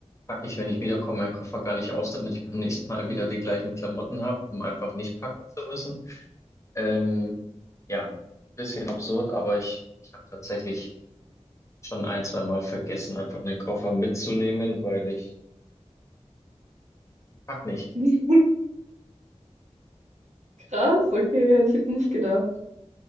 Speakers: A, on the left; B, on the right.
A: packe ich, wenn ich wiederkomme, meinen Koffer gar nicht aus, damit ich beim <laughs> nächsten Mal wieder die gleichen Klamotten habe, um einfach nicht packen zu müssen. Ähm, ja, ein bisschen absurd, aber ich, ich habe tatsächlich schon ein, zwei Mal vergessen, einfach einen Koffer mitzunehmen, weil ich pack nicht.
B: <laughs> Krass, okay, hätte ich jetzt nicht gedacht.